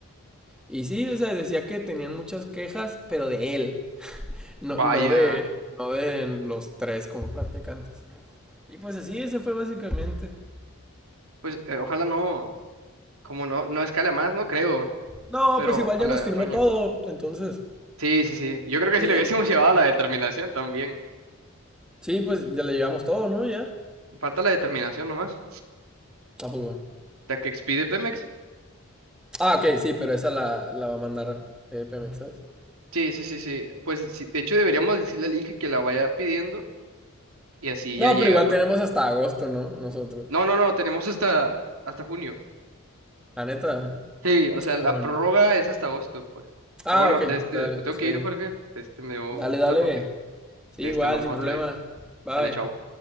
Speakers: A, in the centre; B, on the right.
A: Y sí, o sea, decía que tenían muchas quejas, pero de él, no,
B: Vaya,
A: no de, no de los tres como practicantes. Y pues así, ese fue básicamente.
B: pues eh, ojalá no, como no, no escala más, no creo,
A: No,
B: pero
A: pues igual
B: a
A: ya
B: la
A: nos
B: de
A: firmó
B: roña.
A: todo, entonces.
B: Sí, sí, sí. Yo creo que
A: Sí,
B: si le
A: en-
B: hubiésemos <laughs> llevado a la determinación también.
A: sí, pues ya le llevamos todo, ¿no? Ya.
B: Falta la determinación nomás.
A: Tampoco.
B: La que expide Pemex.
A: Ah, ok, sí, pero esa la, la va a mandar eh, Pemex, ¿sabes?
B: Sí, sí, sí, sí. Pues sí, de hecho deberíamos decirle al Inge que la vaya pidiendo y así
A: No,
B: ya llega,
A: pero igual
B: ¿no?
A: tenemos hasta agosto, ¿no? Nosotros.
B: No, no, no, tenemos hasta, hasta junio.
A: La neta.
B: Sí, o sea,
A: Ah,
B: la
A: bueno.
B: prórroga es hasta agosto, pues.
A: Ah,
B: Pero bueno,
A: ok,
B: de este,
A: dale,
B: me tengo
A: sí.
B: que ir, Jorge. Este, me dio
A: Dale,
B: gusto
A: dale.
B: hablar contigo.
A: Sí,
B: De
A: igual,
B: este hablamos
A: sin problema.
B: otro día.
A: Bye.
B: Sale, chao.